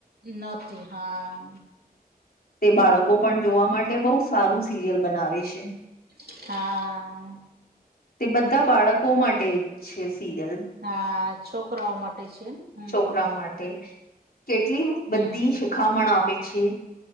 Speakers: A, on the right; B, on the left.
A: નથી હા
B: તે બાળકો પણ જોવા માટે બહુ સારું સિરિયલ બનાવે છે.
A: હા <unintelligible>
B: તે બધા બાળકો માટે છે સીરિયલ
A: હા છોકરાઓ માટે છે. હમ
B: છોકરાઓ માટે કેટલી
A: હમ
B: બધી શિખામણ આપે છે.